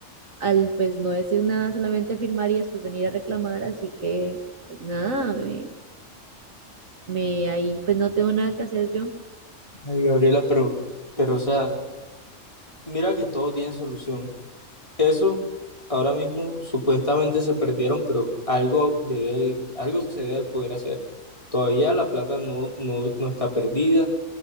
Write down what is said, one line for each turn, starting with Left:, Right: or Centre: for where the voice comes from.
Right: al pues no decir nada, solamente firmar y después venir a reclamar, así que pues nada, me, me ahí pues no tengo nada que hacer yo.
Left: Ay, Gabriela, pero, pero, o sea, mira que todo tiene solución. Eso ahora mismo supuestamente se perdieron, pero algo debe- algo se debe poder hacer. Todavía la plata no, no, no está perdida,